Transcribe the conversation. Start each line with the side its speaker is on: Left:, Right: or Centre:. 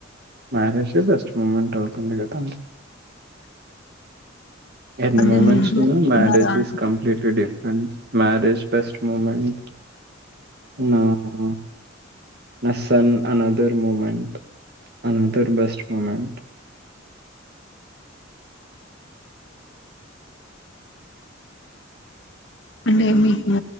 Right: marriage the best moment అవుతుంది కదా ఎన్ని
Left: అంటే
Right: మూమెంట్స్
Left: మీ ఇంట్లో
Right: ఉన్నా
Left: ఒప్పుకున్నారా
Right: మ్యారేజెస్
Left: అండి
Right: completely different marriage best moment నా ఆ నా son another moment another best moment
Left: అంటే మీకు